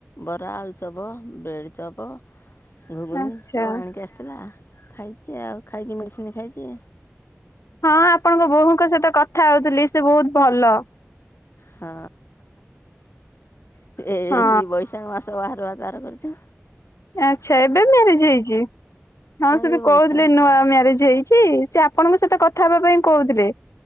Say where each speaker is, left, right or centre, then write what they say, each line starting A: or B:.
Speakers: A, on the left; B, on the left.
A: ବରା, ଆଳୁଚପ୍। Bread chop. ଘୁଗୁନି
B: ଆଚ୍ଛା
A: ଆଉ ଆଣିକି ଆସିଥିଲା ଖାଇଛି ଆଉ, ଖାଇକି ମେଡ଼ିସିନ ଖାଇଛି।
B: ହଁ ଆପଣଙ୍କ ବୋହୂଙ୍କ ସହିତ କଥା ହଉଥିଲି ସେ ବହୁତ ଭଲ।
A: ହଁ ଏହିଁ
B: ହଁ
A: ବୈଶାଖ ମାସ ବାହାଘର। ତାର କରିଥିନି।
B: ଆଚ୍ଛା, ଏବେ ମ୍ୟାରେଜ ହେଇଛି, ହଁ ସେବେ
A: ଏଇ ବୈଶାଖ
B: କହୁଥିଲେ ନୂଆ ମ୍ୟାରେଜ ହେଇଛି। ସେ ଆପଣଙ୍କ ସହିତ କଥା ହେବା ପାଇଁ କହୁଥିଲେ,